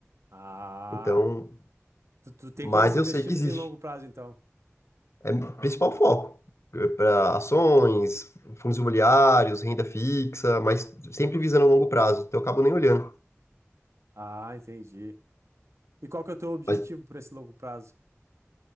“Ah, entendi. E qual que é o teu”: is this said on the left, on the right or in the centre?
Right